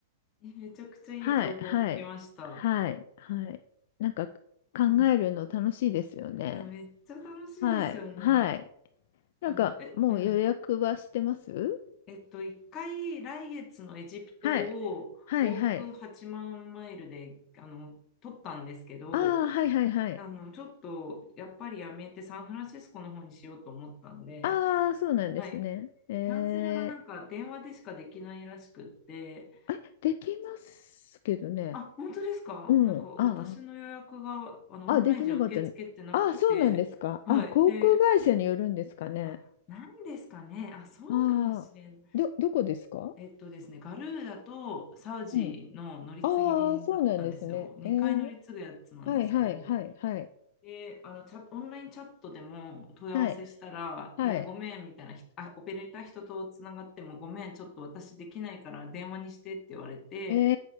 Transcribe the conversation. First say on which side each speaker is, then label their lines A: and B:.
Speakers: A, on the left; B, on the left.
A: えめちゃくちゃいい情報を聞きました。
B: はい、はい、はい、はい。なんか、考
A: うん。
B: えるの楽しいですよね。
A: いや、めっちゃ楽しいですよね。
B: はい、はい。なんか、
A: あの、え、
B: もう予約はしてます
A: うん。えっと、一回来月のエジプトを往復8万マイルで、
B: はい、はい、はい。
A: あの、取ったんですけど、
B: ああ、はい、はい、はい。
A: あの、ちょっとやっぱりやめてサンフランシスコの方にしようと思ったんで、
B: ああ、そうなんですね。
A: はい。
B: えー、
A: でキャンセルがなんか電話でしかできないらしくって、
B: あれ、できますけどね。
A: あ、本当ですかなんか私の予約があのオンラインじゃ受け付けてなくて、
B: うん。ああ、あ、できなかったね。ああ、そうなんですか。
A: はい。
B: あ、航空会社によるんですかね。
A: で、あ、なんですかね。あ、そうかもしれん。
B: ああ、ど、どこですか
A: えっとですね、ガルーダとサウジの乗り継ぎ便だったんですよ。
B: うん。ああ、そうなんですね。
A: 2回乗り継ぐやつなんですけど。
B: えー、はいはいはいはい。
A: で、あの、チャ、オンラインチャットでも問い合わせしたら、
B: はい。はい。
A: いや、ごめんみたいなひあ、オペレーター人とつながっても、ごめん、ちょっと私できないから電話にしてって言われて、
B: え